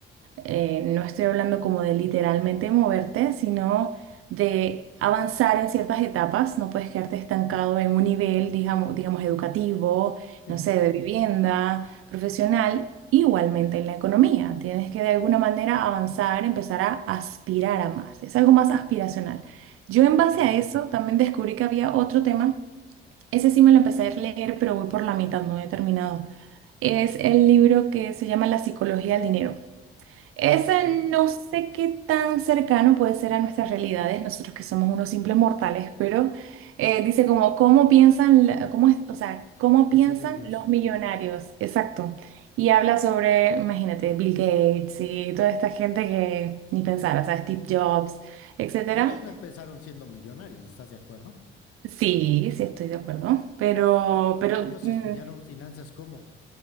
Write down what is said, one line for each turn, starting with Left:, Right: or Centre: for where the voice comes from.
Right: eh, no estoy hablando como de literalmente moverte, sino de avanzar en ciertas etapas. No puedes quedarte estancado en un nivel, digamos, digamos, educativo,
Left: sí,
Right: no sé, de vivienda, profesional, igualmente en la economía. Tienes que de alguna manera avanzar, empezar a aspirar a más. Es algo más aspiracional. Yo en base
Left: ujú,
Right: a eso también descubrí que había otro tema. Ese sí me lo empecé a leer, pero voy por la mitad, no he terminado. Es el libro que se llama La psicología del dinero ese
Left: ok,
Right: no sé qué tan cercano puede ser a nuestras realidades, nosotros que somos unos simples mortales, pero eh, dice como, ¿cómo piensan, la- cómo es- o sea, cómo
Left: yo
Right: piensan
Left: soy un dios.
Right: los millonarios? Exacto. Y habla sobre, imagínate, Bill Gates y toda esta gente que ni pensar, o sea, Steve Jobs, etcétera.
Left: Y ellos no empezaron siendo millonarios, ¿estás de acuerdo?
Right: Sí, sí estoy de acuerdo, pero, pero
Left: Y ellos
Right: mm,
Left: estudiaron finanzas ¿cómo?